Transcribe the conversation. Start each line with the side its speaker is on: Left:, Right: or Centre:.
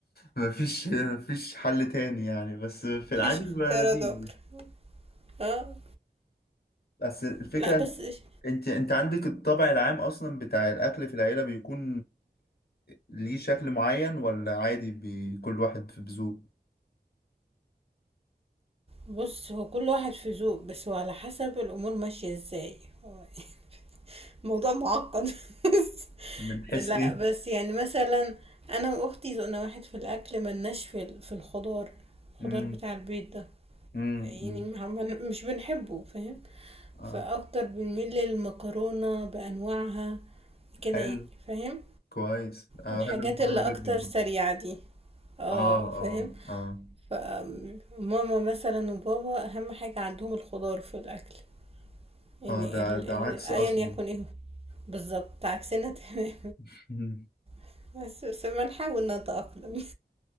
Left: مفيش مفيش حل تاني يعني بس في
Right: مفيش
Left: العادي
Right: اختيار
Left: بيبقى لذيذ
Right: ذكر
Left: يعني.
Right: اه
Left: بس الفكرة
Right: لا بس
Left: إن
Right: إيش-
Left: انت انت عندك الطبع العام اصلا بتاع الاكل في العيلة بيكون ليه شكل معين ولا عادي بي... كل واحد في بذوق
Right: بص هو كل واحد في ذوق بس هو على حسب الامور ماشيه ازاي هو <laughs> موضوع معقد <laughs>
Left: من حيث
Right: لا
Left: ايه
Right: بس يعني مثلا انا واختي ذوقنا واحد في الاكل ملناش في ال- في الخضار الخضار
Left: امم
Right: بتاع البيت ده
Left: امم
Right: يعني ما- ما- مش بنحبه فاهم
Left: اه
Right: فاكتر بنميل للمكرونه بانواعها كده
Left: حلو
Right: يعني فاهم
Left: كويس انا
Right: الحاجات
Left: بحب المكرونة
Right: اللي
Left: جدا
Right: اكتر سريعه
Left: برضه.
Right: دي اه
Left: اه اه
Right: فاهم
Left: اه
Right: فماما مثلا وبابا أهم حاجة عندهم الخضار في الأكل يعني
Left: اه ده
Right: ال- آه،
Left: ده عكس اصلا
Right: أيا يكن ايه هو. بالظبط عكسنا تمام
Left: <laughs>
Right: <laughs> بس بس بنحاول نتأقلم